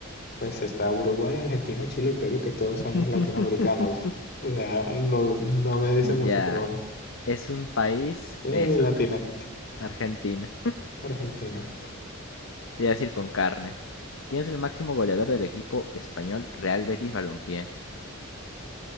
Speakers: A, on the left; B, on the left.
A: pues está Uruguay, Argentina, Chile y Perú, que todos
B: <laughs>
A: son latinoamericanos. O sea, no, no me dice
B: Ya.
A: mucho, pero bueno.
B: Es un país,
A: Eh,
B: eso,
A: Latina,
B: Argentina.
A: Argentina.
B: Te iba a decir con carne. ¿Quién es el máximo goleador del equipo español Real Betis Balompié?